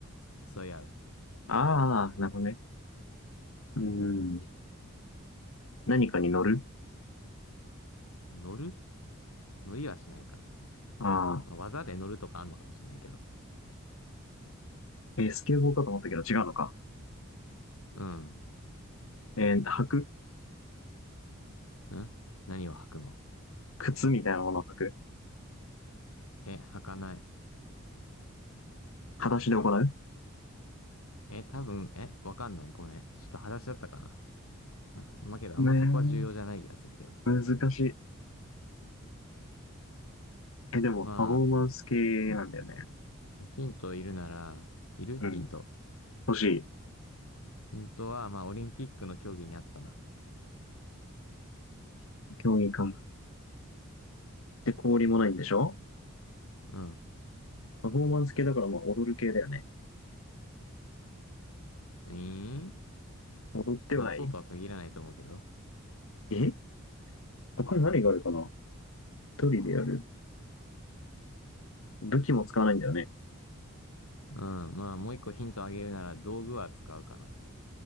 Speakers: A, on the left; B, on the left.
A: 競い合う。
B: ああー、なるほどね。うーん。何かに乗る
A: 乗る乗りはしないかな。
B: ああ
A: まあ技で乗るとかあんのかもしれないけど。
B: ー。えースケボーかと思ったけど違うのか。
A: うん。
B: えー履く
A: ん何を履くの
B: 靴みたいなものを履く
A: え、履かない。
B: 形で行う
A: え、多分、え、わかんない。ごめん。ちょっと裸足だったかな。な。まあけど、あんまそこは重要じゃない気がするけど。
B: ねえ難しい。え、でも、
A: ま
B: パフォーマンス系なんだよね。
A: あ、ヒントいるなら、いるヒント。
B: うん。欲しい。
A: ヒントは、まあ、オリンピックの競技にあったな。
B: 競技か。で、氷もないんでしょ
A: うん。
B: パフォーマンス系だから、まあ、踊る系だよね。
A: ええ
B: 踊ってはない
A: まあ、そうとは限らないと思うけど。
B: え他に何があるかな一人でやる。武器も使わないんだよね。
A: うん。まあ、もう一個ヒントあげるなら、道具は使うかな。